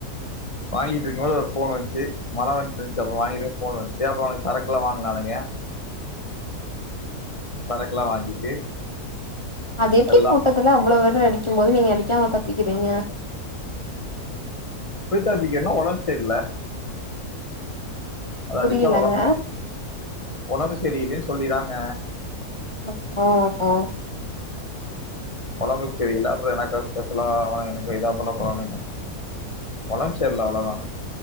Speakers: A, on the left (about 25°); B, on the left (about 40°).
A: வாங்கிட்டு இருக்கும்போது ஒரு ஃபோன் வந்துச்சு மழை வந்துட்டு இருந்துச்சு அப்ப வாங்கிட் ஃபோன்வந்ச்சு அப்ரோ அவனுக சரக்குல்லா வாங்னானுங்க சரக்குலா வாங்கிட்டு
B: அது எப்டி
A: எல்லா
B: கூட்டத்துல அவ்ளோ வேதர் அடிக்கும்போது நீங்க அடிக்காம தப்பிக்கிறீங்க
A: அதுக் என்ன ஒலம் செரில அத
B: புரியலங்க
A: அடிச்சா உலம்ப உடம்பு சரியில்லேன்னு சொல்லிராங்க
B: ஓ ஓ
A: கொழம்புக் சரியில்ல அப்றோ எனக்கா ஸ்பெஷலான எனக்க எத பண்ண போறாங்க ஒலம் செரில அவ்ளோதா